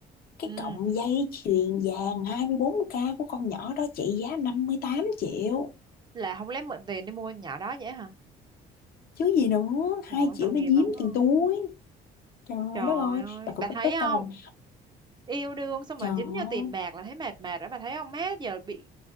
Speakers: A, on the left; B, on the right.
A: cái
B: ừ
A: cọng dây chuyền vàng hai mươi bốn k của con nhỏ đó trị giá 58 triệu.
B: là không lấy mượn tiền đi mua con nhỏ đó vậy hả
A: Chứ gì nữa, 2
B: trời ơi
A: triệu
B: tội
A: nó
B: nghiệp
A: giếm
B: bà đúng không
A: tiền túi. Trời
B: trời
A: đất ơi,
B: ơi
A: bà có,
B: bà
A: có
B: thấy
A: tức
B: không
A: không?
B: yêu đương xong
A: Trời,
B: mà dính vô tiền bạc là thấy mệt mệt đó bà thấy không má giờ bị